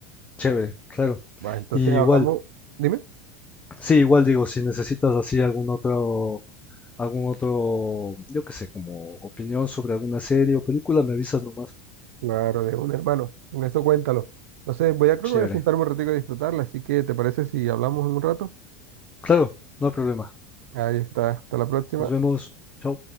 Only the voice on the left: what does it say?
Chévere, claro.
Y
igual,
Sí, igual digo, si necesitas así algún otro, algún otro, yo qué sé, como opinión sobre alguna serie o película, me avisas nomás.
Chévere.
Claro, no hay problema.
Nos vemos. Chao.